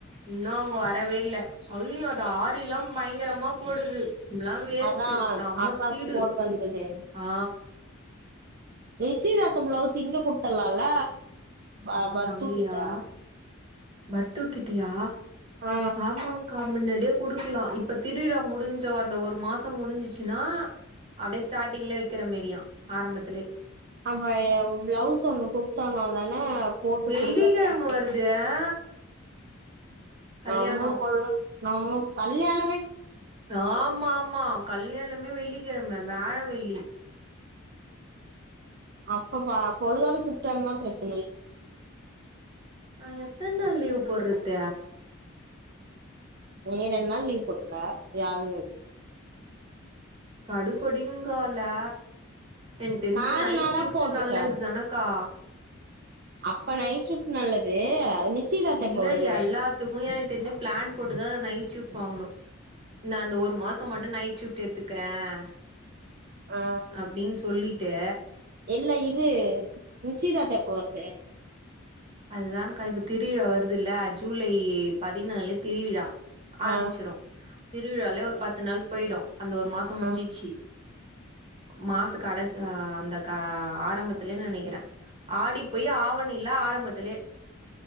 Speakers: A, on the right (about 25°); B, on the right (about 45°).
A: இன்னு அவங்க வரவே இல்லை அய்யய்யோ இந்த ஆரில்லா பயங்கரமா போடுது நம்மல்லா வேஸ்ட்டு
B: அதா
A: செம்ம
B: அக்காக்கு
A: ஸ்பீடு
B: போட்டு வந்தது
A: ஆ
B: நிச்சயதார்த்த பிளவுஸ் இங்க குடுத்தலாம்ல அ பட்டு
A: அங்கயா
B: கிட்ட
A: பத்துக்கிட்டியா
B: ஆ
A: ஆமாங்கா முன்னாடியே குடுக்கலாம் இப்ப திருவிழா முடிஞ்ச அந்த ஒரு மாசம் முடிஞ்சிச்சுன்னா அப்படியே ஸ்டார்டிங்ல வைக்கிற மாரியா ஆரம்பத்திலே
B: அவ பிளவுஸ் ஒண்ணு குடுத்தோனும் தானே அவ போட்டுக்
A: வெள்ளிக்கிழம
B: கொடுக்கா கரெக்ட்டா
A: வருது ஆ கல்யாணோ
B: நாமளும் போடலாம் நம்ம கல்யாண
A: ஆமா ஆமா கல்யாணமே வெள்ளிக்கிழம வியாழ வெள்ளி
B: அப்ப ப பொழுதோட ஷிஃப்ட்டானா பிரச்
A: ஆ எத்தனா லீவ் போடுறத
B: நீ ரெண்டு நாள் லீவ் போட்டுக்க வியாழன் வெள்ளி
A: கடுபடிகுங் காலே எனக்கு தெரிஞ்ச
B: நாலு
A: நைட்
B: நாளா
A: ஷிஃப்ட்
B: போட்டுக்க
A: நல்லது தானே கா
B: அப்ப நைட் ஷிஃப்ட் நல்லது நிச்சயதார்த்தம்
A: இல்ல
B: எப்ப வருது
A: எல்லாத்துக்கு எனக்கு தெரிஞ்சு பிளான் போட்டுதான் நான் நைட் ஷிஃப்ட் வாங்கணும் நான் அந்த ஒரு மாசம் மட்டும் நைட் ஷிஃப்ட் எடுத்துக்குறேன்
B: ஆ
A: அப்டின்னு சொல்லிட்டு
B: இல்ல இது நிச்சயதார்த்த எப்போ வருது
A: அதுதான்கா இப்ப திருவிழா வருது இல்ல ஜூலை பதினாலு திருவிழா ஆரம்பிச்சுரும்
B: ஆ
A: திருவிளாலே ஒரு பத்து நாள் போயிடும் அந்த மாசம் முடிஞ்சுச்சி
B: ஆ
A: மாச கடசி அ அந்த கா ஆரம்பத்திலே நனைக்கிறே ஆடி போய் ஆவணில்ல ஆரம்பத்துலே